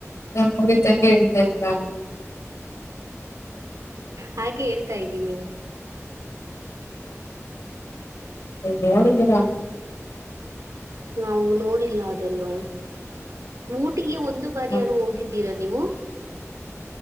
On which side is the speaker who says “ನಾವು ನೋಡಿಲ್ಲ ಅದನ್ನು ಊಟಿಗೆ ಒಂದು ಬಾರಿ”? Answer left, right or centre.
Right